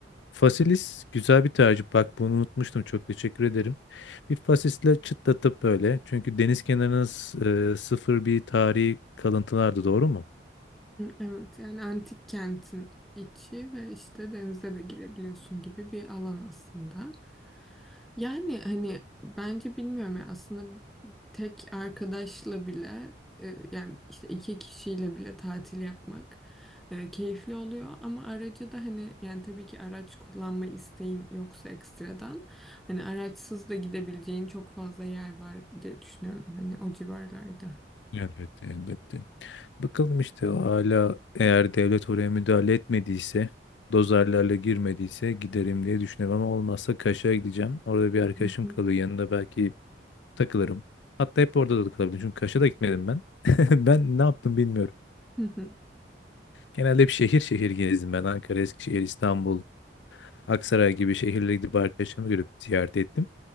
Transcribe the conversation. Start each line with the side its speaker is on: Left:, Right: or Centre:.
Left: Fasilis güzel bir tercih. Bak bunu unutmuştum. Çok teşekkür ederim. Bir fasisle çıtlatıp böyle. Çünkü deniz kenarına s- e, sıfır bir tarihi kalıntılardı doğru mu?
Centre: Evet yani antik kentin içi ve işte denize de girebiliyorsun gibi bir alan aslında. Yani hani bence bilmiyorum ya aslında tek arkadaşla bile e, yani işte iki kişiyle bile tatil yapmak e, keyifli oluyor ama aracı da hani yani tabii ki araç kullanma isteğin yoksa ekstradan hani araçsız da gidebileceğin çok fazla yer var diye düşünüyorum hani o civarlarda.
Left: Elbette, elbette. Bakalım işte hala eğer devlet oraya müdahale etmediyse, dozerlerle girmediyse giderim diye düşünüyorum ama olmazsa Kaş'a gideceğim. Orada bir arkadaşım
Centre: Hı
Left: kalıyor yanında belki takılırım. Hatta hep orada da kalabilirim çünkü Kaş'a da gitmedim ben. <laughs> Ben ne yaptım bilmiyorum.
Centre: hı.
Left: Genelde bir şehir şehir gezdim ben. Ankara, Eskişehir, İstanbul, Aksaray gibi şehirlere gidip arkadaşlarımı görüp ziyaret ettim.